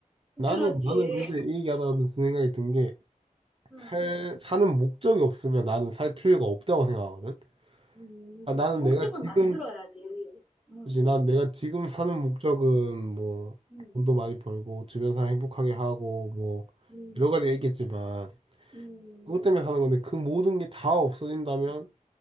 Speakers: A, on the right (about 40°); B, in the centre.
A: 나는,
B: 그렇지.
A: 나는 근데 이 얘기하다가 든 생각이 든 게,
B: <laughs> 음,
A: 살, 사는 목적이 없으면 나는 살 필요가 없다고 생각하거든?
B: 음,
A: 아, 나는
B: 목적은
A: 내가 어, 지금,
B: 만들어야지. 음,
A: 그치, 난 내가 지금 사는 목적은 뭐,
B: 음,
A: 돈도 많이 벌고, 주변 사람 행복하게 하고, 뭐,
B: 음.
A: 여러 가지가 있겠지만,
B: 음,
A: 그것 때문에 사는 건데, 그 모든 게 다 없어진다면,